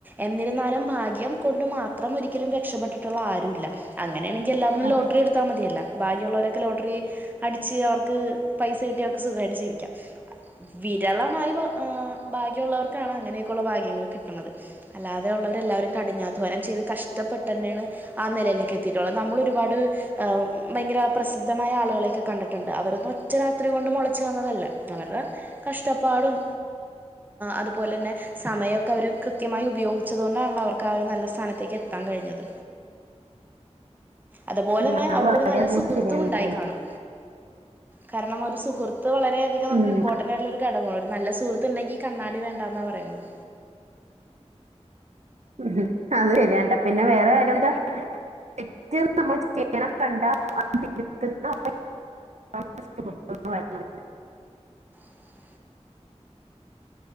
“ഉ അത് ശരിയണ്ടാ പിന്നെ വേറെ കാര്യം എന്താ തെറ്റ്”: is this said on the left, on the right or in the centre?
Right